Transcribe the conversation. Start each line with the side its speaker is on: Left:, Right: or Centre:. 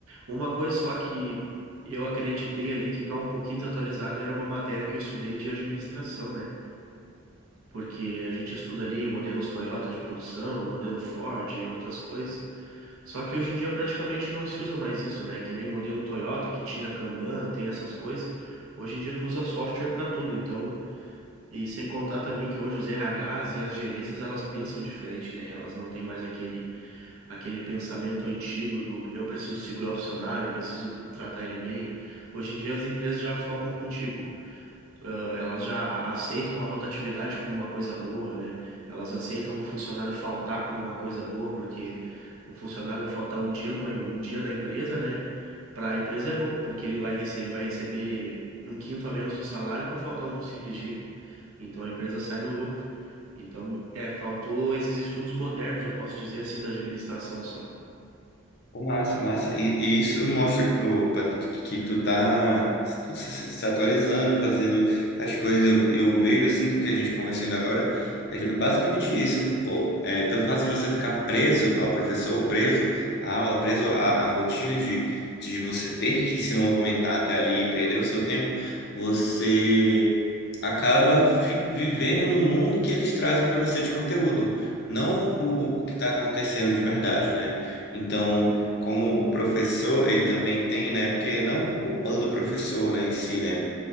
Right: Uma coisa só que eu acreditei ali que tá um pouquinho desatualizado era uma matéria que eu estudei de administração, né? porque a gente estuda ali modelos Toyota de produção, modelo Ford, e outras coisas. Só que hoje em dia praticamente não se usa mais isso, né? Que nem modelo Toyota que tinha Kanban, tem essas coisas. Hoje em dia tu usa software para tudo, então, e sem contar também que hoje os RHs e as gerências elas pensam diferente, né? Elas não têm mais aquele aquele pensamento antigo do eu preciso segurar o funcionário, eu preciso tratar ele bem. Hoje em dia as empresas já focam contigo eh, elas já aceitam a rotatividade como uma coisa boa, né? Elas aceitam o funcionário faltar como uma coisa boa, porque o funcionário faltar um dia numa, um dia da empresa, né? Para a empresa é bom, porque ele vai receber, ele vai receber um quinto a menos do salário por faltar um simples dia. Então a empresa sai no lucro. Então, é, faltou esses estudos modernos, eu posso dizer assim, da administração só.
Left: Pô, Massa, massa. E, e isso mostra, ô, Patrick, que tu tá se se- se atualizando, fazendo as coisas. Eu, eu vejo, assim, que o que a gente conversou ainda agora é ju- basicamente isso. Pô, é, pelo fato de você ficar preso ao professor, preso à aula, preso à, à rotina de, de você ter que se movimentar até ali e perder o seu tempo, você acaba fi- vivendo no mundo que eles trazem para você de conteúdo, não o, o o que está acontecendo de verdade, né? Então como o professor, ele também tem, né? Porque não culpando o professor, né, em si, né?